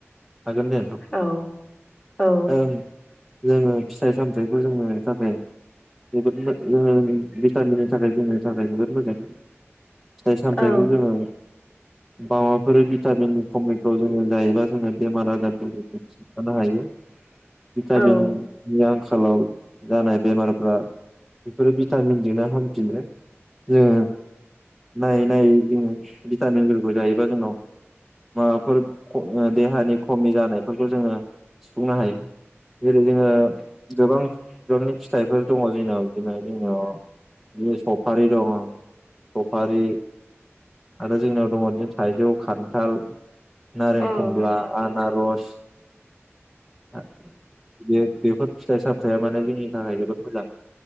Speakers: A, in the centre; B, on the left (about 25°).
A: हागोन दे नोंथां
B: औ। औ
A: ओं जोङो फिथाइ सामथायाइखौ जोंनो थाखाय जोबोद <unintelligible> भिटामिननि थाखाय जोंनि थाखाय जोबोद मोजां। फिथाय सामथायखौ
B: औ
A: जोङो माबाफोर भिटामिननि खमिफ्राव जोङो जायोबा जोङो बेमार- आजारफोरखौ जोङो सिन्थानो हायो। भिटामिन
B: औ
A: नि आंखालाव जानाय बेमारफ्रा बेफोरो भिटामिनजोंनो हामफिनो। जोङो नायै नायै जोङो भिटामिनफोरखौ जायोबा जोंनाव माबाफोर देहानि खमि जानायफोरखौ जोङो सुफुंनो हायो । जेरै जोङो गोबां बिबांनि फिथाइ बेफोर दङ जोंनियाव बिदिनो जोंनियाव बिदिनो सफारि दं। सफारि आरो जोंनियाव दङ बिदिनो थाइजौ, खान्थाल नारें,
B: औ
A: खमला, आनार'स। आ बे बेफोर फिथाइ सामथायाइया माने जोंनि थाखाय जोबोद मोजां।